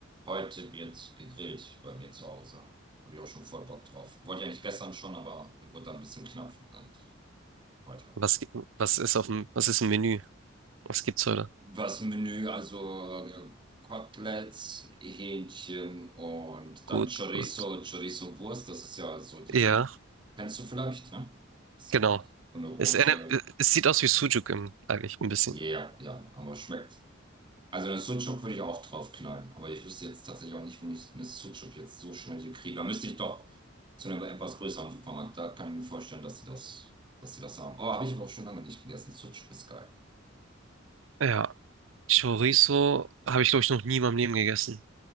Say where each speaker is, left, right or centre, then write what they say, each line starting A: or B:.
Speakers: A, on the right; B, on the right.
A: Heute wird gegrillt bei mir zu Hause. Habe ich auch schon voll Bock drauf. Wollte ich eigentlich gestern schon, aber wurde dann ein bisschen knapp. Und heute.
B: Was gibt, was ist auf dem, was ist im Menü? Was gibt's heute?
A: Was im Menü, also äh, Koteletts, Hähnchen und
B: Gut,
A: dann Chorizo,
B: gut.
A: Chorizo-Wurst. Das ist ja so die,
B: Ja,
A: kennst du vielleicht, ne? Bisschen
B: genau.
A: so eine rote.
B: Es, erinnert- es sieht aus wie Sucuk im, eigentlich ein bisschen.
A: Ja, ja, ja. aber schmeckt Also den Sucuk würde ich auch drauf knallen, aber ich wüsste jetzt tatsächlich auch nicht, wo ich eine Sucuk jetzt so schnell hier kriege. Da müsste ich doch zu einem etwas größeren Supermarkt. Da kann ich mir vorstellen, dass sie das, dass sie das haben. Oh, habe ich aber auch schon lange nicht gegessen. Sucuk ist geil.
B: Ja. Chorizo habe ich, glaube ich, noch nie in meinem Leben gegessen.